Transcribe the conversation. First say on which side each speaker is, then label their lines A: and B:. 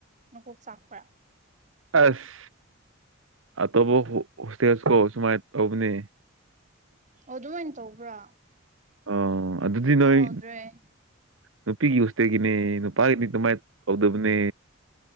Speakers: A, on the right; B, on the right.
A: ꯅꯀ‌ꯣꯛ ꯆꯥꯛꯄ꯭ꯔ
B: ꯑꯁ ꯑꯇꯣꯞꯄ ꯍ‌ꯣ ꯍꯣꯁꯇꯦꯜꯖꯨ ꯁꯨꯃꯥꯏꯅ ꯇꯧꯕꯅ‌ꯦ
A: ꯑꯣ ꯑꯗꯨꯃꯥꯏꯅ ꯇꯧꯕ꯭ꯔꯥ
B: ꯑ‌ꯣ ꯑꯗꯨꯗꯤ
A: ꯈꯪꯍꯧꯗ꯭ꯔꯦ
B: ꯅꯣꯏ ꯅꯨꯄꯤꯒꯤ ꯍꯣꯁꯇꯦꯒꯤꯅꯦ ꯅꯨꯄꯥꯒꯤꯗꯤ ꯑꯗꯨꯃꯥꯏꯅ ꯇꯧꯗꯕꯅꯦ